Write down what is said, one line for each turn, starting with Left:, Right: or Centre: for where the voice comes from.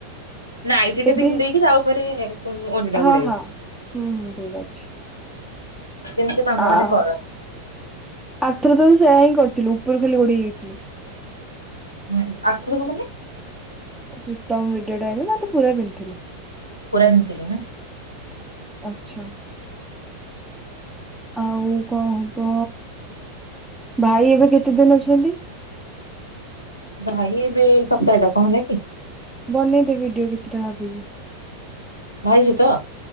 Left: ନାଇଁଟିଟେ
Centre: ଏବେ
Left: ପିନ୍ଧି ଦେଇେକି ତା ଉପରେ ଓନି ଟା
Centre: ହଁ
Left: ଗୁଡେଇବ।
Centre: ହଁ ହୁଁ ହୁଁ ଠିକ ଅଛି।
Left: ଯେମିତି ମାମା
Centre: ଆଁ
Left: ମାନେ କରନ୍ତି
Centre: ଆରଥରକ ହିଁ ସେଇ କରଥିଲୁ ଉପର ଖାଲି ଘୋଡି ହେଇଯାଇଥିଲୁ।
Left: ହୁଁ ଆରଥରକେ ମାନେ
Centre: ଶୀତମ ମିଡି ଟାଇମ ରେ ନା ତୁ ପୁରା ପିନ୍ଧଥିଲୁ?
Left: ପୁରା ପିନ୍ଧିଥିଲି ନା।
Centre: ଆଚ୍ଛା। ଆଉ କଣ ହବ ଭାଇ ଏବେ କେତେ ଦିନ ଅଛନ୍ତି?
Left: ଭାଇ ଏବେ ସପ୍ତାହଟା କଣ ହେଲା କି?
Centre: ବନେଇଦେ ଭିଡିଓ କିଛିଟା <unintelligible>
Left: ବାହା ହେଇଚ ତ?